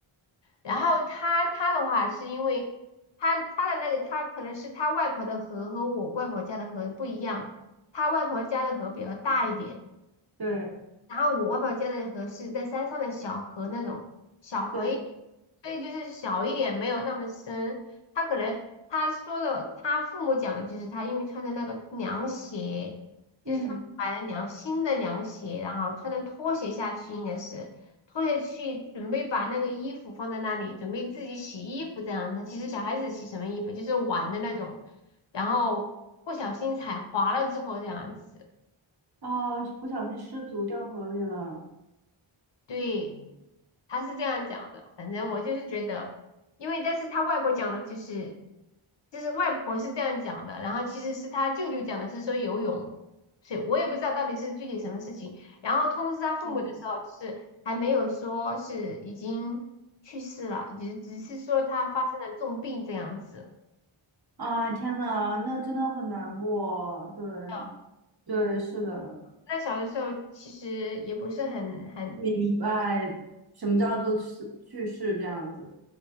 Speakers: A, on the left (about 60°); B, on the right (about 50°).
A: 然后他他的话是因为他他的那个他可能是他外婆的河和我外婆家的河不一样，他外婆家的河比较大一点。
B: 对
A: 然后我外婆家的河是在山上的小河那种小河一点所以就是小一点，
B: 对，
A: 没有那么深。他可能他说的，他父母讲的就是他因为穿的那个凉鞋，就是穿买了凉新的凉鞋，
B: 嗯，
A: 然后穿着拖鞋下去，应该是拖鞋去准备把那个衣服放在那里，准备自己洗衣服这样子。他其实小孩子洗什么衣服就是玩的那种，然后不小心踩滑了之后这样子。
B: 哦，不小心失足掉河里了。
A: 对，他是这样讲的。反正我就是觉得，因为但是他外婆讲的就是，就是外婆是这样讲的，然后其实是他舅舅讲的是说游泳，所以我也不知道到底是具体什么事情。然后通知他父母的时候，
B: 嗯
A: 就是还没有说是已经去世了，只只是说他发生了重病这样子。
B: 啊，天呐，那真的很难过。对
A: 啊，
B: 对，是的，
A: 那小的时候其实也不是很很
B: 明白什么叫做是去世这样子。